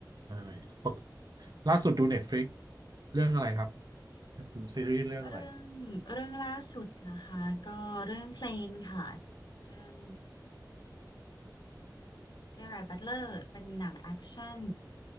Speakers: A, on the right; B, on the left.
A: ได้ปกล่าสุดดู Netflix เรื่องอะไรครับดูซีรีส์เรื่องอะไร
B: เรื่องเรื่องล่าสุดนะคะก็เรื่องเพลนค่ะเรื่องเจอราร์ดบัตเลอร์เป็นหนังแอคชั่น